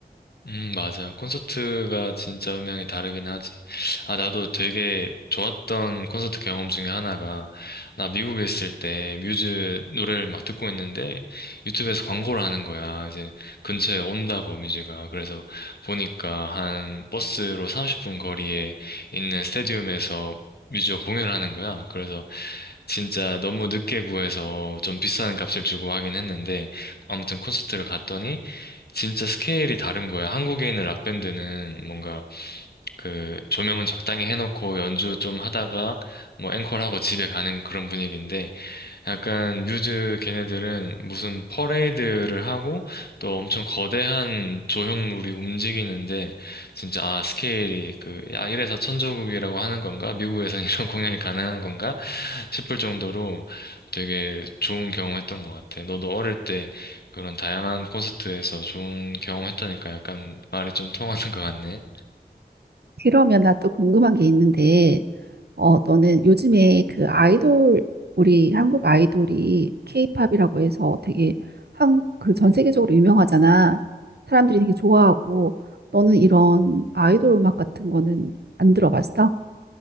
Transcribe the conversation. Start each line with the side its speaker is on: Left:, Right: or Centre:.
Left: 음, 맞아요. 콘서트가 진짜 음향이 다르긴 하지. 아, 나도 되게 좋았던 콘서트 경험 중에 하나가, 나 미국에 있을 때 뮤즈 노래를 막 듣고 있는데, 유튜브에서 광고를 하는 거야. 이제 근처에 온다고 뮤즈가. 그래서 보니까 한 버스로 30분 거리에 있는 스타디움에서 뮤즈가 공연을 하는 거야. 그래서 진짜 너무 늦게 구해서 좀 비싼 값을 주고 하긴 했는데 아무튼 콘서트를 갔더니 진짜 스케일이 다른 거야. 한국에 있는 락밴드는 뭔가 그 조명은 적당히 해놓고 연주 좀 하다가 뭐 앵콜하고 집에 가는 그런 분위기인데 약간 뮤즈 걔네들은 무슨 퍼레이드를 하고 또 엄청 거대한 조형물이 움직이는데 진짜 아 스케일이 그 아 이래서 천조국이라고 하는 건가? 미국에선 이런 <laughs> 공연이 가능한 건가? 싶을 정도로 되게 좋은 경험했던 것 같아. 너도 어릴 때 그런 다양한 콘서트에서 좋은 경험했다니까 약간 말이 좀 통하는 것 같네.
Right: 그러면 나 또 궁금한 게 있는데, 어, 너는 요즘에 그 아이돌, 우리 한국 아이돌이 케이팝이라고 해서 되게 한, 그 전 세계적으로 유명하잖아. 사람들이 되게 좋아하고, 너는 이런 아이돌 음악 같은 거는 안 들어봤어?